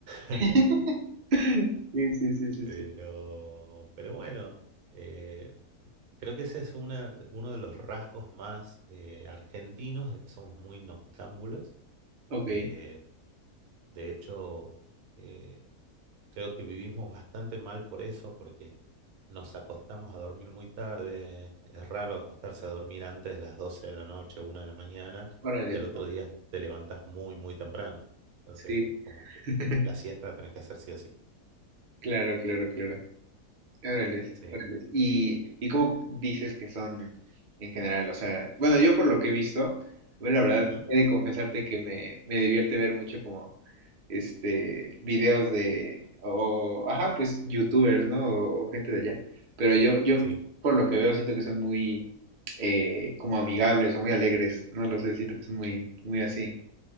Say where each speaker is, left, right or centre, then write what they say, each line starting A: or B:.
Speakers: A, on the right; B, on the right.
A: <laughs>
B: <laughs> Sí, sí, sí, sí,
A: Pero,
B: sí.
A: pero bueno, eh, creo que ese es una, uno de los rasgos más eh, argentinos, de que somos muy noctámbulos.
B: Ok,
A: Eh, de hecho, eh, creo que vivimos bastante mal por eso, porque nos acostamos a dormir muy tarde. Es raro acostarse a dormir antes de las 12 de la noche, una de la mañana,
B: órale,
A: y al otro
B: wow.
A: día te levantas muy, muy temprano. Entonces
B: Sí.
A: es como que
B: <laughs>
A: la siesta la tenés que hacer sí o sí.
B: Claro, claro, claro. Órales,
A: Sí.
B: órales. ¿Y, y cómo dices que son en general? O sea, bueno, yo por lo que he visto, bueno, la verdad,
A: Ujú.
B: he de confesarte que me, me divierte ver mucho como, este, videos de, o, ajá, pues, youtubers, ¿no? O, o gente de allá. Pero yo, yo,
A: Sí.
B: por lo que veo, siento que son muy, eh, como amigables o muy alegres. No lo sé, siento que son muy, muy así.